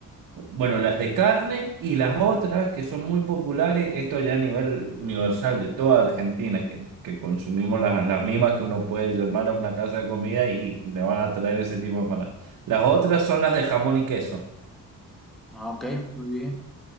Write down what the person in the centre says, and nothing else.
Ah, ok, muy bien.